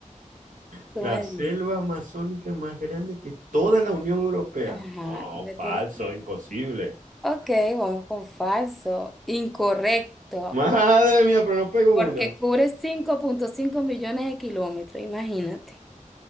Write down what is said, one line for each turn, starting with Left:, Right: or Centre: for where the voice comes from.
Centre: Tú
Right: La
Centre: me
Right: selva
Centre: dices.
Right: amazónica más grande que toda la Unión Europea.
Centre: Ajá,
Right: No,
Centre: tú me
Right: falso,
Centre: tienes- que-
Right: imposible.
Centre: Ok, vamos con falso. Incorrecto.
Right: Madre mía, pero no pego
Centre: Porque
Right: una.
Centre: cubre cinco punto cinco millones de kilómetros, imagínate.